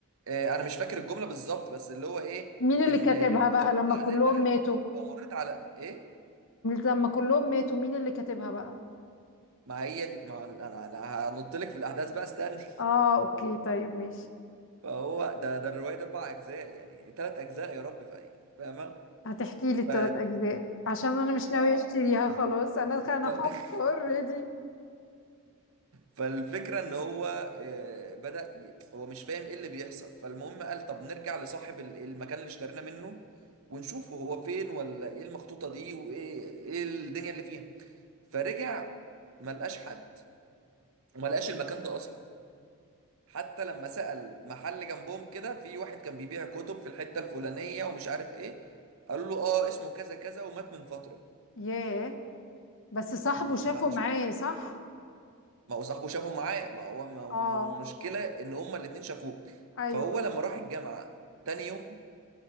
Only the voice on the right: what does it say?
إيه انا مش فاكر الجمله بالظبط بس اللي هو ايه
ان
اللي
هو
منها
ان لو مريت على ايه
ما هي دي ما انا انا هنط لك في الاحداث بقى استني
فهو ده ده الروايه دي اربع اجزاء يعني ثلاث اجزاء يا رب فاهم فاهمه
ف
اه
لا
<laughs>
فالفكرة ان هو آه، بدأ ي- هو مش فاهم ايه اللي بيحصل فالمهم قال طب نرجع لصاحب ال- المكان اللي اشترينا منه ونشوفه هو فين ولا ايه المخطوطة دي وايه ايه الدنيا اللي فيها فرجع ما لقاش حد وما لقاش المكان ده اصلا حتى لما سأل محل جنبهم كده في واحد كان بيبيع كتب في الحتة الفلانية ومش عارف ايه قال له اه اسمه كذا كذا ومات من فترة
ما
ما- مش
ما هو صاحبه شافه معاه ما هو ما
م- مشكلة ان هما الاتنين شافوه
فهو لما راح الجامعة تاني يوم